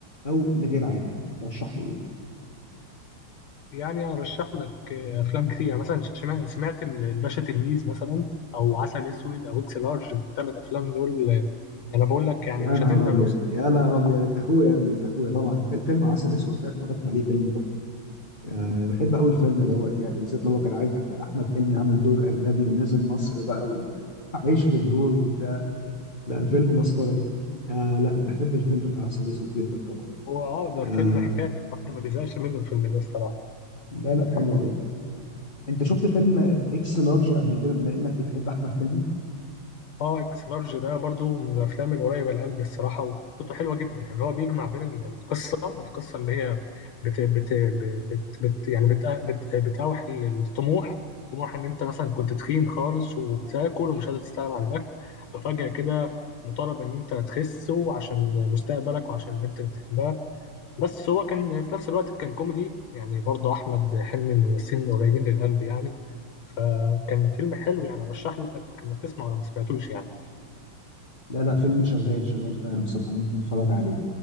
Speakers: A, on the left; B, on the left.
A: او لغير عادل ترشح لي ايه
B: يعني ارشح لك آه، افلام كتير يعني مثلا شما- سمعت ال- الباشا تلميذ مثلا او عسل اسود او اكس لارج الثلاث افلام دول آه، انا بقول لك يعني
A: يا
B: مش
A: نهار
B: هتندم
A: ابيض
B: لو
A: يا نهار ابيض انت اخويا يا ابني انت اخويا طبعا فيل- فيلم عسل اسود ده اتفرجت عليه فيلم تحفه أه بحب اول فيلم دوت يعني بالذات لو هو كان عايز احمد حلمي عمل دور اجنبي ونزل مصر بقى وعايش في الدور وبتاع لا فيلم مسخره أه لا بحب الفيلم بتاع عسل اسود جدا طبعا
B: هو اه ده
A: أه
B: فيلم حكاية الواحد ما بيزهقش منه الفيلم ده الصراحة
A: لا لا حلو قوي انت شفت فيلم اكس لارج قبل كده بما انك بتحب احمد حلمي
B: اه اكس لارج ده برضو من الافلام القريبة لقلبي الصراحة وقصته حلوة جدا يعني هو بيجمع بين ال- القصة القصة اللي هي بت بت بت, بت يعني بت بت بتاوح ال- الطموح طموح ان انت مثلا كنت تخين خالص وبتاكل ومش قادر تستغنى عن الاكل ففجأة كده مطالب ان انت تخس وعشان مستقبلك وعشان البنت اللي بتحبها بس هو كان في نفس الوقت كان كوميدي يعني برضو احمد حلمي من الممثلين القريبين للقلب يعني فكان فيلم حلو يعني ارشح لك انك تسمعه لو ما سمعتوش يعني
A: لا لا فيلم شغال شغال فعلا بصراحة أنا ممكن أتفرج عليه